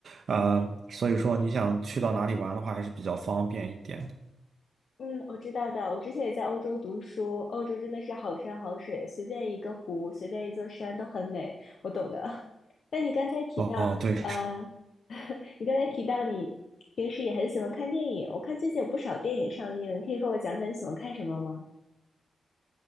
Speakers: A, on the right; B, on the left.
A: 啊、所以说你想去到哪里玩的话，还是比较方便一点的。
B: 嗯，我知道的。我之前也在欧洲读书，欧洲真的是好山好水，随便一个湖，随便一座山都很美。我懂的。<laughs> 那你刚才提到，
A: 哦，对。
B: 呃，<laughs> 你刚才提到你平时也很喜欢看电影，我看最近有不少电影上映，你可以和我讲讲你喜欢看什么吗？